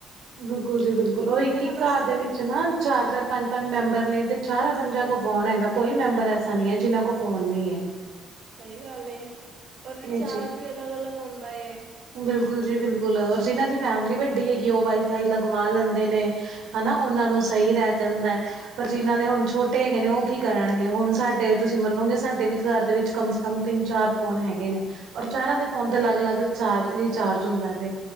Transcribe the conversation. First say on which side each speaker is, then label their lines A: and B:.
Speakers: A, on the right (about 80°); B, on the right (about 65°).
A: ਬਿਲਕੁਲ ਜੀ ਬਿਲਕੁਲ ਉਹ ਇੱਕ-
B: ਨੇ
A: ਇੱਕ
B: ਬਸ
A: ਘਰ ਦੇ ਵਿੱਚ ਨਾ ਚਾਰ- ਚਾਰ ਪੰਜ- ਪੰਜ ਮੈਂਬਰ ਨੇ ਤੇ ਚਾਰਾਂ ਪੰਜਾਂ ਕੋਲ ਫ਼ੋਨ ਹੈਗਾ ਕੋਈ ਮੈਂਬਰ ਐਸਾ ਨਹੀਂ ਹੈ ਜਿਹਨਾਂ ਕੋਲ ਫੋਨ ਨਹੀਂ ਹੈ।
B: ਸਹੀ ਗੱਲ ਏ ਔਰ ਰਿਚਾਰਜ
A: ਇਹ ਚੀਜ਼
B: ਵੀ ਅਲੱਗ -ਅਲੱਗ ਹੁੰਦਾ ਏ।
A: ਬਿਲਕੁਲ ਜੀ ਬਿਲਕੁਲ ਔਰ ਜਿਨਾਂ ਦੀ ਫੈਮਿਲੀ ਵੱਡੀ ਹੈਗੀ। ਉਹ ਵਾਈਫਾਈ ਲਗਵਾ ਲੈਂਦੇ ਨੇ। ਹਨਾ, ਉਹਨਾਂ ਨੂੰ ਸਹੀ ਰਹਿ ਜਾਂਦਾ। ਪਰ ਜਿਨਾਂ ਦੇ ਹੁਣ ਛੋਟੇ ਹੈਗੇ ਨੇ ਉਹ ਕੀ ਕਰਨਗੇ। ਹੁਣ ਸਾਡੇ, ਤੁਸੀਂ ਮੰਨੋਗੇ ਸਾਡੇ ਵੀ ਘਰ ਦੇ ਵਿੱਚ ਕਮ ਸੇ ਕਮ ਤਿੰਨ-ਚਾਰ ਫੋਨ ਹੈਗੇ ਨੇ। ਔਰ ਚਾਰਾਂ ਦੇ ਫੋਨ ਤੇ ਲੱਗ- ਲੱਗ ਚਾਰ ਰੀਚਾਰਜ ਹੁੰਦਾ ਵੇ।